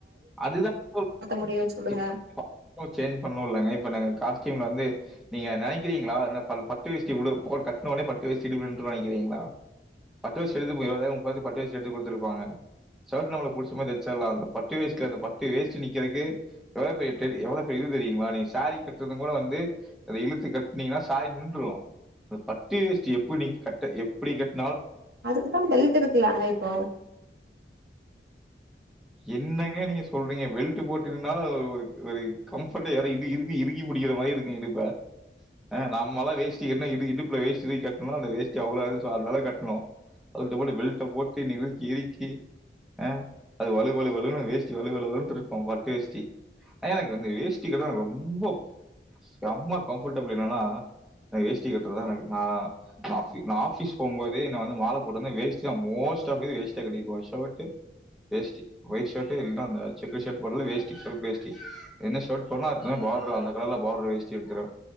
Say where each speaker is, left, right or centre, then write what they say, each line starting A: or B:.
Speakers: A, in the centre; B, on the right.
A: அதுதா <unintelligible>
B: முடியும்னு சொல்லுங்க
A: சேஞ் பண்ணோலங்க இப்ப நாங்க காஸ்ட் டீம்ல வந்து நீங்க நெனைக்கிறீங்களா என்ன பல்ல பட்டு வேஷ்டி <unintelligible> கட்டுன ஒட்னே பட்டு வேஷ்டி <unintelligible> பட்டு வேஷ்ட் எடுத்துட் போயி இவளோ நேரம் உக்காந்து பட்டு வேஷ்டி எடுத்துட் குடுத்துருப்பாங்க சர்ட் நம்மளுக் புடிச்ச மாரி <unintelligible> ட்டு வேஷ்டில அந்த பட்டு வேஷ்டி நிக்கிறக்கு எவ்வளவு பெரிய டெல் எவ்வளவு பெரிய இது தெரியுங்களா நீங்க சேரீ கட்டுறதுங் கூட வந்து இது இழுத்து கட்னிங்கனா சேரீ நின்றும் அந்த பட்டு வேஷ்டி எப்புனி கட்ட எப்புடி கட்
B: அதுக்குத்தா பெல்ட் இருக்குலாங்க இப்போ
A: என்னங்க நீங்க சொல்றீங்க பெல்ட் போட்டு நின்னாலும் அது ஒரு ஒரு கம்ஃபர்டே யார இப்பு இறுக்கி இறுக்கி புடிக்கிற மாரி இருக்கு இடுப்ப அ நாம்மல்லா வேஸ்டி கட்டுனா இடு இடுப்புல வேஷ்டி இறுக் கட்னா அந்த வேஸ்டி அவுலாது சோ அந்த அளவு கட்னோ <unintelligible> பெல்ட போட்டு நிறுக்கி இறுக்கி அ அது வழு வழு வழு னு வேஷ்டி வழு வழு வழுன்ட்ருக்கும் பட்டு வேஷ்டி எனக்கு வந்து வேஷ்டி கட்றது ரொம்போப் செம்ம கம்ஃபர்டபுலு என்னனா அ வேஷ்டி கட்றதுதா எனக்கு நா நா ஆஃபி நா ஆஃபிஸ் போகும் போது நா வந்து மால போட்ருந்த வேஷ்டியு மோஸ்ட் ஆஃப் <unintelligible> வேஷ்டி யா கட்டிட்டு போவே ஷர்ட்டு வேஷ்ட்டி ஒயிட் ஷர்ட்டு இல்னா அந்த செக்டு ஷர்ட் பதிலு வேஸ்டி ஃபுல் வேஷ்டி என்ன ஷர்ட் போட்றனோ அதுக்கு தகுந்த பாட்ரு அந்த கலர்ல பாட்ரு வேஷ்டி எடுத்துருவ